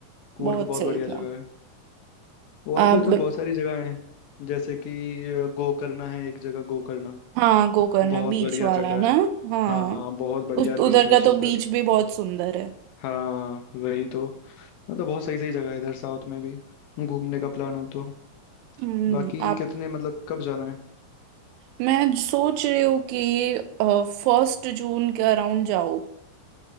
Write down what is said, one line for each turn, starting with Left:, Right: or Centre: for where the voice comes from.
Left: कूर्ग
Right: बहुत
Left: बहुत
Right: सही
Left: बढ़िया
Right: था
Left: जगह है और
Right: आप
Left: भी उधर बहुत सारी जगह हैं जैसे कि अ, गोकर्णा है एक जगह गोकर्णा
Right: हाँ गोकर्ण
Left: बहुत
Right: बीच
Left: बढ़िया
Right: वाला
Left: जगह
Right: ना
Left: है
Right: हाँ
Left: हाँ बहुत बढ़िया
Right: उस उधर
Left: बीच बीच
Right: का तो
Left: है उधर
Right: बीच भी बहुत सुंदर है
Left: हाँ वही तो मतलब बहुत सही सही जगह है इधर साउथ में भी घूमने का प्लान हो तो
Right: हम्म
Left: बाकी
Right: आप
Left: कितने मतलब कब जाना है
Right: मैं सोच रही हूँ कि फर्स्ट जून के अराउंड जाओ